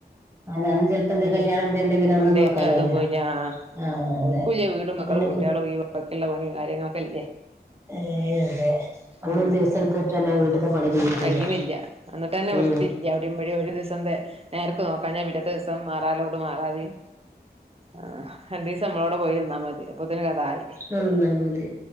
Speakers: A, on the right; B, on the right.
A: അതെ അന്ന് ചെലപ്പോ എന്തേ
B: ഉം
A: കല്യാണം എന്തേ ഇണ്ടേ പിന്നെ അന്ന്
B: എന്തിലും
A: നോക്കാൻ കഴിയില്ല
B: അതും പോയില്ല ആ.
A: ആ അതെ
B: ഓൽകും ഇല്ല വീടും
A: അപ്പൊ
B: മക്കളും
A: പിന്നെ
B: കുട്ടികളും ഈ ബാക്കിയുള്ള പണിയ കാര്യങ്ങളൊക്കെ ഇല്ലേ.
A: ഏ അതെ അണൂറ്
B: ഉം
A: ദിവസം ട്ടന്നെ വീട്ടത്തെ പണി തീരുന്നില്ല
B: കഴിയണില്ല എന്നിട്ട് തന്നെ
A: ഉ
B: വൃത്തിയില്ല അവിടെയും ഒരു ദിവസം നേർക്ക് നോക്കാഞ്ഞാ പിറ്റത്തെ ദിവസം മാറാലോട്ട് മാറാലിം ആഹ് രണ്ടിസം മ്മളോടെ പോയി യന്നാ മതി അപ്പൊത്തിന് കഥായി
A: അന്നാലുമതി